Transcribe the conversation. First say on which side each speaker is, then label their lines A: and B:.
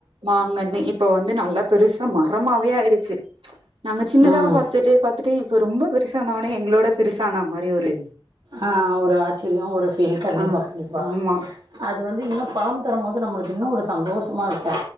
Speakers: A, on the right (about 75°); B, on the right (about 60°).
A: மாங்கன்னு இப் இப்போ வந்து நல்லா பெருசா மரமாவே ஆயிடுச்சு ச்சு நாங்க சின்னதா
B: ம்
A: பாத்துட்டு பாத்துட்டு இப்போ ரொம்ப பெருசானவுடனே எங்களோட பெருசானா மாரி ஒரு
B: அஹ் ஒரு ஆச்சரியம் ஒரு ஃபீல் கண்டிப்பா
A: ஆ
B: கண்டிப்பா
A: ஆமா
B: அது வந்து இன்னு பழம் தரும்போது நம்மளுக்கு இன்னு ஒரு சந்தோஷமா இருக்